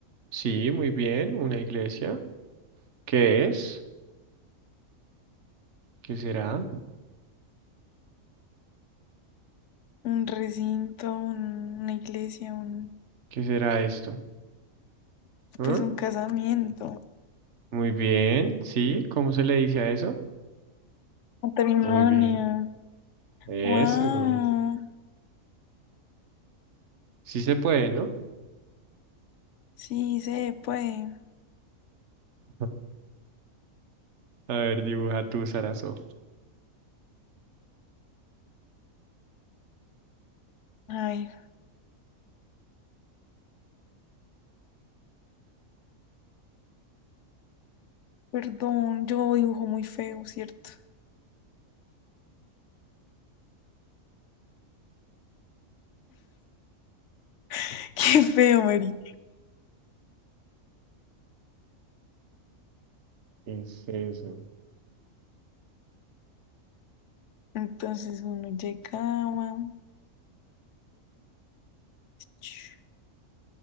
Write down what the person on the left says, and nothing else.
Un recinto, un- una iglesia, un,
pues un casamiento,
matrimonio.
Wow.
Sí, se puede.
Ay, perdón, yo dibujo muy feo, ¿cierto? <laughs> Qué feo, Mary.
Entonces uno llegaba. chu,